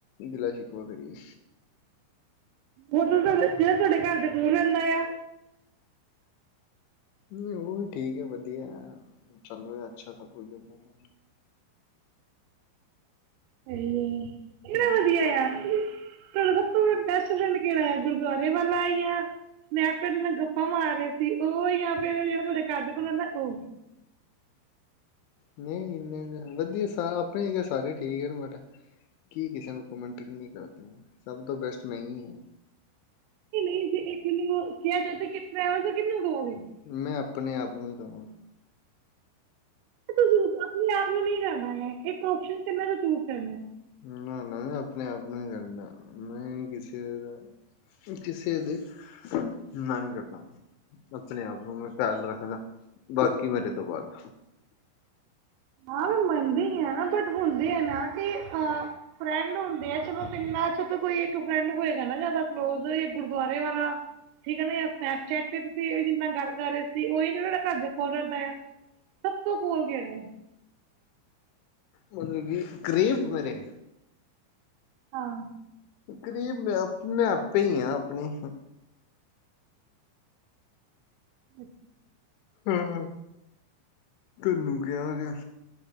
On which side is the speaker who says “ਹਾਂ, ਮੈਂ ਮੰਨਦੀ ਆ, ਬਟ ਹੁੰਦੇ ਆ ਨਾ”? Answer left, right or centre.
Right